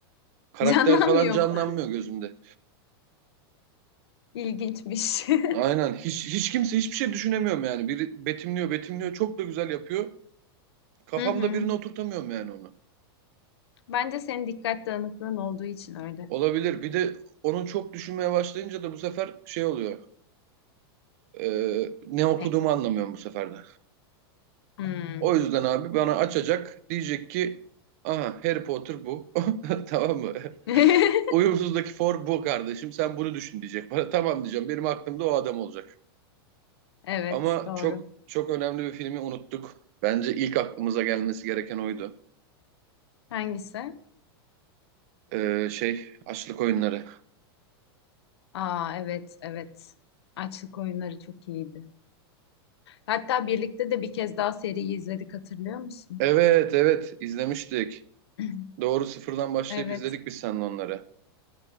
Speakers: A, on the right; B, on the left.
A: Karakter
B: <laughs> Canlanmıyor
A: falan canlanmıyor
B: mu?
A: gözümde.
B: İlginçmiş. <laughs>
A: Aynen. Hiç, hiç kimse hiçbir şey düşünemiyorum yani. Biri betimliyor, betimliyor. Çok da güzel yapıyor. Kafamda
B: Hı hı.
A: birine oturtamıyorum yani onu.
B: Bence senin dikkat dağınıklığın olduğu için öyle.
A: Olabilir. Bir de onu çok düşünmeye başlayınca da bu sefer şey oluyor. Ee, ne okuduğumu
B: Ne?
A: anlamıyorum bu sefer de.
B: Hmm.
A: O yüzden abi bana açacak. Diyecek ki aha Harry Potter bu. <laughs> Tamam mı?
B: <laughs>
A: Uyumsuzdaki for bu kardeşim. Sen bunu düşün diyecek bana. Tamam diyeceğim. Benim aklımda o adam olacak.
B: Evet,
A: Ama
B: doğru.
A: çok çok önemli bir filmi unuttuk. Bence ilk aklımıza gelmesi gereken oydu.
B: Hangisi?
A: Ee, şey, Açlık Oyunları.
B: Aa evet evet. Açlık oyunları çok iyiydi. Hatta birlikte de bir kez daha seriyi izledik hatırlıyor musun?
A: Evet, evet izlemiştik.
B: <clears throat>
A: Doğru sıfırdan başlayıp
B: Evet.
A: izledik biz seninle onları.